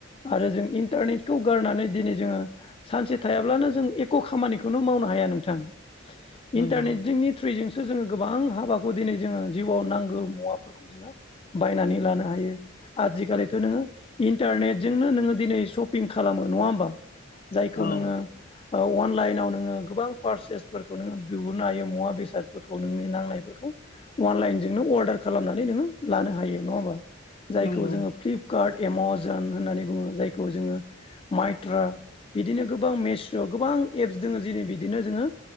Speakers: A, on the left (about 30°); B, on the left (about 45°).
A: आरो जों इन्टारनेटखौ गारनानै दिनै जोङो सानसे थायाब्लानो जों एख' खामानिखौनो मावनो हाया नोंथां।
B: नंगौ
A: इन्टारनेट जोंनि थ्रुयैजों सो जोङो गोबां हाबाखौ दिनै जोङो जिउवाव नांगौ मुवाफोरखौ जोङो बायनानै लानो हायो। आजिखालिथ' नोङो इन्टारनेटजोंनो नोङो दिनै सपिं खालामो नङा होमबा? जायखौ
B: औ
A: नोङो अनलाइनाव नोङो गोबां पारसेसफोरखौ नोङो बिहरनो हायो मुवा बेसादफोरखौ नोंनि नांनायफोरखौ बा अनलाइनजोंनो अर्डार खालामनानै नोङो लानो हायो नङा होमबा? जायखौ
B: नंगौ
A: जोङो फ्लिपकार्ट एमजन होननानै बुङो जायखौ जोङो माइ ट्रा बिदिनो गोबां मेस' गोबां एप्स दङ जेरै बिदिनो जोङो